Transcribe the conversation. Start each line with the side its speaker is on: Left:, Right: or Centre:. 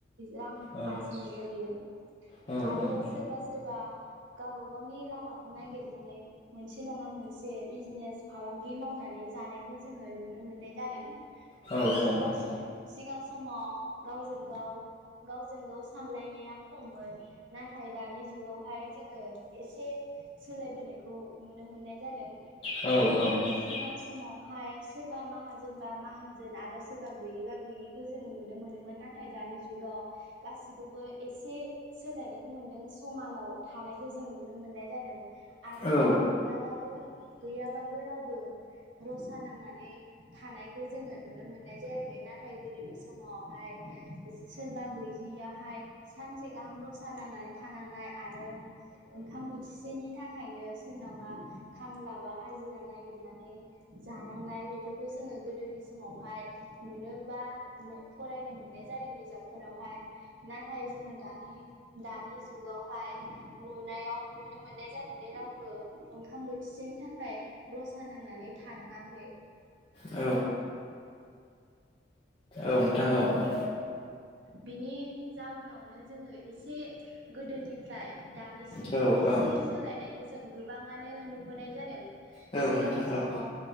Right: रां
Left: औ
Right: आरजिनाय जायो
Left: औ
Right: आरो
Left: औ औ
Right: सोरबा सोरबा गावबा गावनि लामाखौ नागिरनानै मोनसे नङा मोनसे बिजनेस फालांगि मावनानै जानायखौ जोङो नुनो मोननाय जादों
Left: औ औ
Right: सिगां
Left: औ औ
Right: सिगां समाव गावजों गाव गावजों गाव सानलायनाया खममोन नाथाय दानि जुगावहाय जोङो एसे सोलायबोनायखौ नुनो मोननाय जादों
Left: औ औ औ
Right: सिगां समावहाय सोरबा माहाजोनबा माहाजोन आरो सोरबा गैयिबा गैयिखौ जो नुनो मोनो मोनोमोन नाथाय दानि जुगाव गासिखौबो एसे सोलायनायखौ मोनदों समानाव थानायखौ जों नुनो मोननाय जादों आरो
Left: औ
Right: गैयाबाबो गैयाबाबो रावबो रसा नांनानै थानायखौ जोङो नुनो मोननाय जायाखै नाथाय गोदोनि समाव हाय सोरबा गैयियाहाय सानसे गाहाम रसा नांनानै थानांनाय आरो ओंखाम बोथिसेनि थाखायनो सोरनबा खामला बा हाजिरा नागिरनानै जानांनाय बेफोरखौ जोङो गोदोनि समावहाय नुनोबा फरायनो मोननाय जादों बिजाबफोरावहाय नाथाय जोङो दानि दानि जुगावहाय नुनायाव नुनो मोननाय जादोंदि रावबो ओंखाम बोथिसेनि थाखाय रसा नांनानै थानाङाखै
Left: औ औ नोंथां औ
Right: बिनि
Left: औ
Right: बिनि जाउनावनो जोङो एसे गोदोनिफ्राय दानिसिमखौ
Left: औ
Right: एसे
Left: औ
Right: सोलायनायखौ जों गोबाङानो नुबोनाय जादों
Left: औ
Right: सिगां
Left: नोंथां
Right: समाव
Left: औ